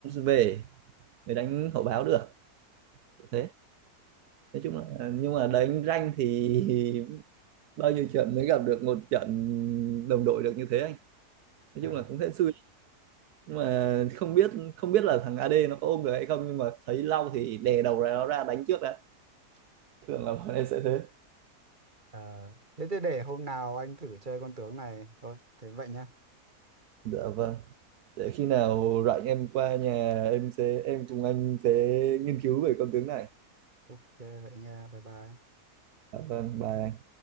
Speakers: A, on the right; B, on the right.
A: về mới đánh hậu báo được thế nói chung là à, nhưng mà đánh ranh thì <laughs> bao nhiêu trận mới gặp được một trận đồng đội được như thế anh nói
B: Ừ.
A: chung là cũng hên xui nhưng mà không biết không biết là thằng AD nó có ôm được hay không nhưng mà thấy Lau thì đè đầu ra nó ra đánh trước đã thường là bọn em sẽ thế
B: À, thế thì để hôm nào anh thử chơi con tướng này thôi. Thế vậy nhá.
A: dạ vâng để khi nào rảnh em qua nhà em sẽ em cùng anh sẽ nghiên cứu về con tướng này
B: Ok vậy nha. Bye bye.
A: dạ vâng bài